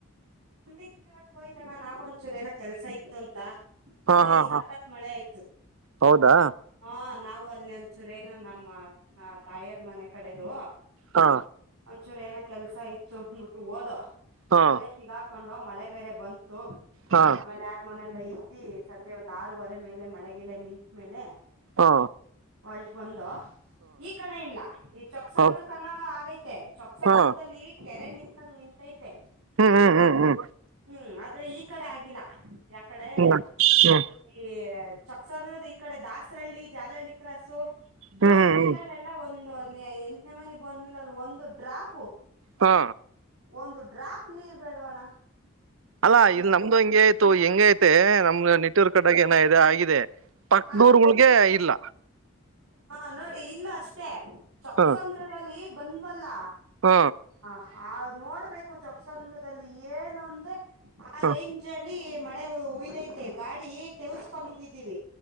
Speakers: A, on the right; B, on the right.
A: ಲಿಲ್ಲೆವಾಡ ಹೋಗಿದ್ವಿ ಅಣ್ಣ ನಾವು ಒಂಚೂರು ಏನ ಕೆಲ್ಸ ಇತ್ತು ಅಂತ
B: ಹಾ
A: ಅಲ್ಲಿ
B: ಹಾ
A: ಸಖತ್
B: ಹಾ
A: ಮಳೆ ಆಯ್ತು
B: ಹೌದಾ
A: ಹ ನಾವು ಅಲ್ಲಿ ಒಂದಚೂರೇನ ನಮ್ಮ ತಾಯಿಯರ ಮನೆ ಕಡೆದು
B: ಹಾ
A: ಒಂದಚೂರು ಏನ ಕೆಲ್ಸ ಇತ್ತು ಅಂದಬಿಟ್ಟು ಹೋದೋ
B: ಹಾ
A: ಅಲ್ಲೇ ಸಿಗಾಕೊಂಡು ಮಳೆ ಬೇರೆ ಬಂತು
B: ಹಾ
A: ಆಮೇಲೆ ಯಾರ ಮನೆಯಲ್ಲ ಈ ಸಂಜೆ ಒಂದ್ ಆರೂವರೆ ಮೇಲೆ ಮಳೆಗಿಳ ನಿಂತ ಮೇಲೆ
B: ಹಾ
A: ಹೊಲ್ಟ್ ಬಂದು ಈ ಕಡೆ ಇಲ್ಲಾ ಈ ಚೊಕ್ಕಸಂದ್ರ
B: ಹಾ ಹಾ
A: ಕಣ ಆಗೈತೆ ಚೊಕ್ಸಾಂಧ್ರದಲ್ಲಿ
B: ಹಾ
A: ಕೆರೆ ನಿನ್ತಂಗ ನಿಂತೈತೆ
B: ಹ್ಮ್ ಹ್ಮ್ ಹ್ಮ್ ಹ್ಮ್
A: ಹ್ಮ್ ಆದ್ರೆ ಈ ಕಡೆ ಆಗಿಲ್ಲ ಯಕಡೆ
B: ಹ್ಮ್ ಹ್ಮ್
A: ಈ ಚೊಕ್ಸಂದ್ರ ಈ ಕಡೆ ದಾಸರಹಳ್ಳಿ ಜಾಲಳ್ಳಿ ಕ್ರಾಸು ಬೋನ್
B: ಹ್ಮ್ ಹ್ಮ್
A: ಮಿಲ್ಲ್
B: ಹ್ಮ್
A: ಎಲ್ಲಾ ಒಂದು ಎಂಟನೇ ಮೈಲಿ ಬೋನ್ವಿಲಲ್ಲಿ ಒಂದು ಡ್ರಾಪು
B: ಹಾ
A: ಒಂದು ಡ್ರಾಪ್ ನೀರ್ ಬೇಡವಣ
B: ಅಲ್ಲಾ
A: ಒಂದು
B: ಇಲ್ಲಿ ನಮ್ದು ಹಂಗೆ
A: ಹ
B: ಆಯ್ತು ಹೆಂಗ ಐತೆ ನಮ್ದ ನಿಟ್ಟೂರ್ ಕಡೆಗೆ ಏನ ಇದೆ ಆಗಿದೆ ಪಕ್ಕದ
A: ಹ
B: ಊರೊಳಗೆ ಇಲ್ಲ
A: ಹಾ ನೋಡಿ ಇಲ್ಲು ಅಷ್ಟೇ ಚೊಕ್ಕಸಂದ್ರದಲ್ಲಿ
B: ಹ
A: ಬಂದ್ವಲ್ಲ
B: ಹ
A: ಹ ಆ ನೋಡ್ಬೇಕು ಚೊಕ್ಸಂದ್ರದಲ್ಲಿ ಏನು ಅಂದೆ ಆ
B: ಹ
A: ರೇಂಜ್ ಅಲ್ಲಿ ಮಳೆ ಉಯ್ದೈತೆ ಗಾಡಿ ತೆವಕೊಂಡು ಬಂದಿಡಿವಿ